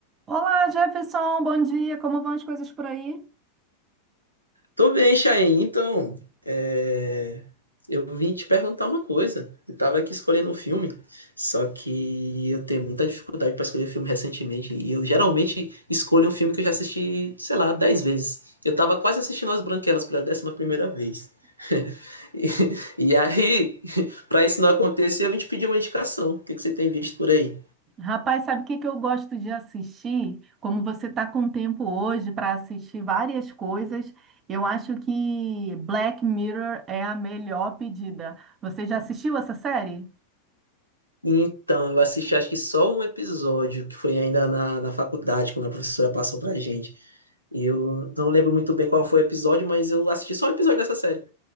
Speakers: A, on the right; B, on the right.
A: Olá, Jefferson, bom dia. Como vão as coisas por aí?
B: Tô bem, Chain. Então, é, eu vim te perguntar uma coisa. Eu tava aqui escolhendo um filme, só que eu tenho muita dificuldade pra escolher filme recentemente. E eu geralmente escolho um filme que eu já assisti, sei lá, 10 vezes. Eu tava quase assistindo As Branquelas pela décima primeira vez. <laughs> E, e aí, <laughs> pra isso não acontecer, eu vim te pedir uma indicação. O que que você tem visto por aí?
A: Rapaz, sabe o que que eu gosto de assistir? Como você está com tempo hoje para assistir várias coisas, eu acho que Black Mirror é a melhor pedida. Você já assistiu essa série?
B: Então, eu assisti acho que só um episódio, que foi ainda na, na faculdade, quando a professora passou pra gente. E eu não lembro muito bem qual foi o episódio, mas eu assisti só um episódio dessa série.